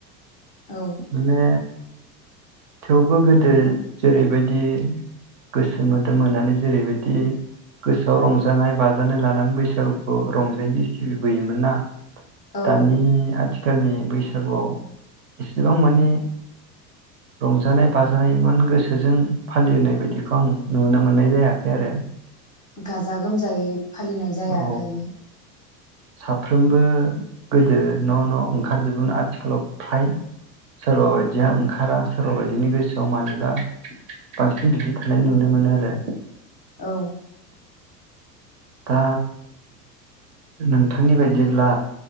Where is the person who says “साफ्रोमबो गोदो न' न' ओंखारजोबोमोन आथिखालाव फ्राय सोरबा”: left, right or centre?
Right